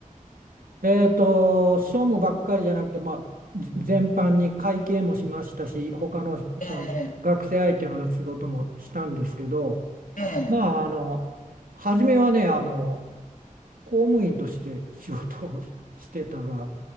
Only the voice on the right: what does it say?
えっと、庶務ばっかりじゃなくて、まあ、ぜ全般に会計もしましたし、他のその学生相手の仕事もしたんですけど、
まあ、あの、初めはね、あの、公務員として仕事をしてたら、